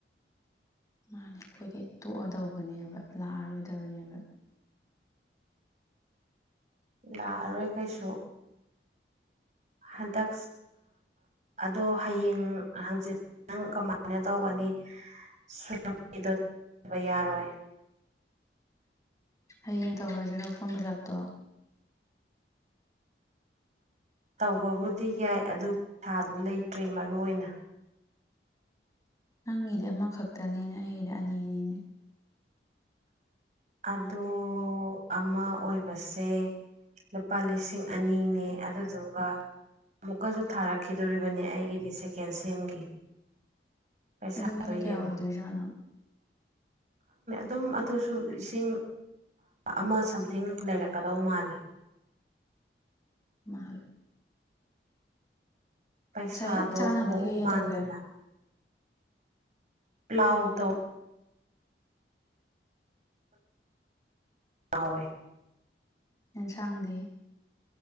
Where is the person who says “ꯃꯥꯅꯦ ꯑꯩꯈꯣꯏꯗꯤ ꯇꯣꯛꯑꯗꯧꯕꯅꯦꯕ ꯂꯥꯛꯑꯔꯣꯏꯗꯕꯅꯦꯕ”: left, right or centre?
Left